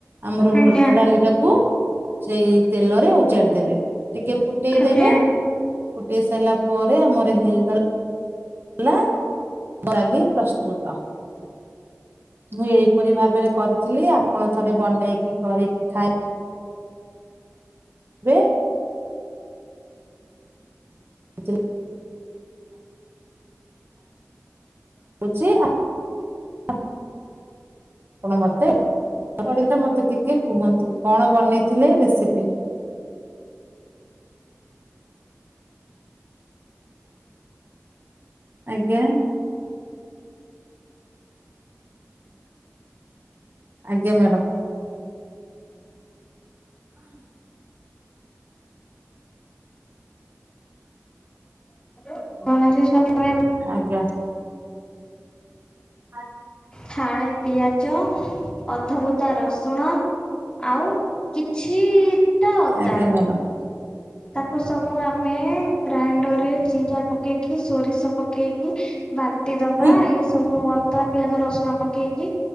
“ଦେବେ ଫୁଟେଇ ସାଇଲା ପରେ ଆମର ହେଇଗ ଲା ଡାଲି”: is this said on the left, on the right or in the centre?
Right